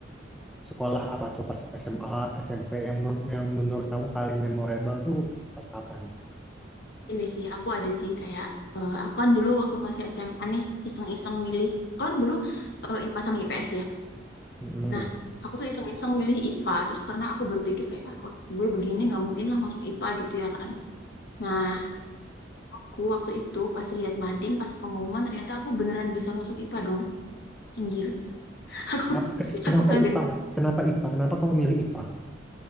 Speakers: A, in the centre; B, on the left (about 60°).
A: Sekolah apa tuh pas SMA, SMP yang menur- yang menurut kamu paling memorable tuh pas kapan?
B: Ini sih aku ada sih kayak eh, aku kan dulu waktu masih SMA nih iseng-iseng milih. Kan dulu eh, IPA sama IPS ya.
A: Mm-mm.
B: Nah, aku tuh iseng-iseng milih IPA. Terus karena aku berpikir kayak, ah otak gue begini nggak mungkin lah masuk IPA gitu ya kan. Nah, aku waktu itu pas lihat mading, pas pengumuman ternyata aku beneran bisa masuk IPA dong. Anjir, <laughs> aku
A: Kenapa, kenapa
B: aku kaget.
A: IPA? Kenapa IPA? Kenapa kamu milih IPA?